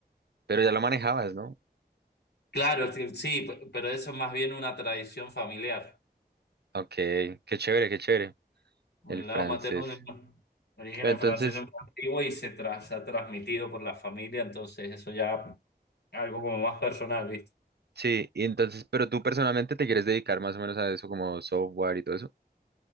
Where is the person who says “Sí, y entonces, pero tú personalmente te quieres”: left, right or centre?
Right